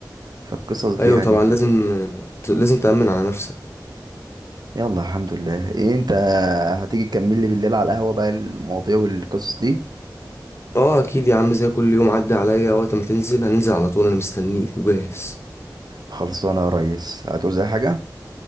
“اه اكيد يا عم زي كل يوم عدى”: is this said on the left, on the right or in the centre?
Left